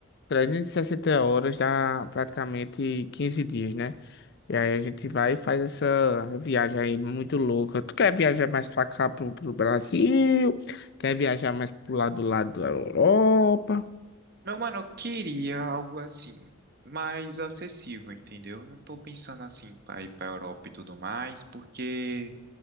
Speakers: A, on the left; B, on the right.
A: 360 horas dá praticamente 15 dias, né? E aí a gente vai e faz essa viagem aí muito louca. Tu quer viajar mais pra cá, pro, pro Brasil? Quer viajar mais pro lado do lado da Europa?
B: Meu mano, eu queria algo assim, mais acessível, entendeu? Eu Não tô pensando assim pra ir pra Europa e tudo mais, porque